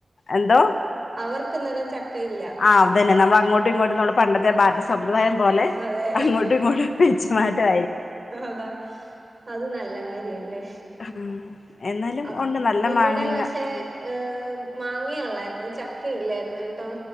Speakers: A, on the left (about 80°); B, on the right (about 40°).
A: എന്തോ
B: അവർക്കിന്നേരം ചക്കയില്ല
A: ആഹ് അതന്നെ നമ്മൾ അങ്ങോട്ടും ഇങ്ങോട്ടും നമ്മള് പണ്ടത്തെ ബാർട്ടർസമ്പ്രദായം പോലെ
B: അതെ
A: അങ്ങോട്ടും ഇങ്ങോട്ടും വെച്ചു മാറ്റാ
B: അതാ അത് നല്ല കാര്യല്ലേ.
A: ഉം എന്നാലും
B: അപ്
A: ഉണ്ട് നല്ല
B: ഇവിടെ
A: മാങ്ങങ്ങ
B: പക്ഷെ
A: ഉം
B: ഏഹ് മാങ്ങഉള്ളായിരുന്നു ചക്കയില്ലായിരുന്നുട്ടോ.